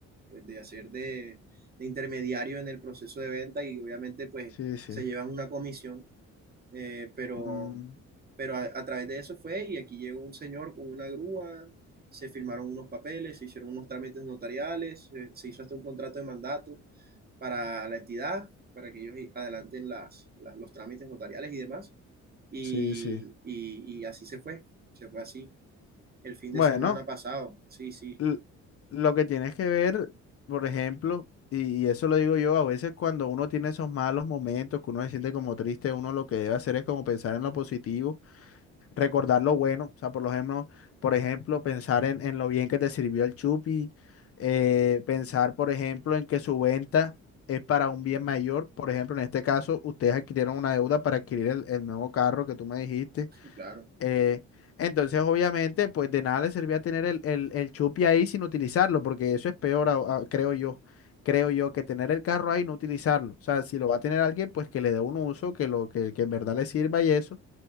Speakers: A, on the right (about 30°); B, on the left (about 50°).
A: pues, de hacer de, de intermediario en el proceso de venta y obviamente pues
B: Sí, sí.
A: se llevan una comisión. Eh, pero
B: Mm,
A: pero a, a través de eso fue y aquí llegó un señor con una grúa, se firmaron unos papeles, se hicieron unos trámites notariales, eh, se, hizo hasta un contrato de mandato para la entidad, para que ellos i- adelanten las, las- los trámites notariales y demás. Y,
B: sí, sí.
A: y- y así se fue, se fue así el fin
B: Bueno.
A: de semana pasado. Sí, sí,
B: l- lo que tienes que ver, por ejemplo, y, y eso lo digo yo, a veces cuando uno tiene esos malos momentos, que uno se siente como triste, uno lo que debe hacer es como pensar en lo positivo, recordar lo bueno, o sea, por ejemplo, por ejemplo, pensar en, en lo bien que te sirvió el chupi, eh, pensar, por ejemplo, en que su venta es para un bien mayor, por ejemplo, en este caso, ustedes adquirieron una deuda para adquirir el el nuevo carro que tú me dijiste.
A: claro,
B: Eh, entonces, obviamente, pues de nada le servía tener el, el, el chupi ahí sin utilizarlo, porque eso es peor, a- a- creo yo. Creo yo que tener el carro ahí y no utilizarlo. O sea, si lo va a tener alguien, pues que le dé un uso, que lo que, que en verdad le sirva y eso.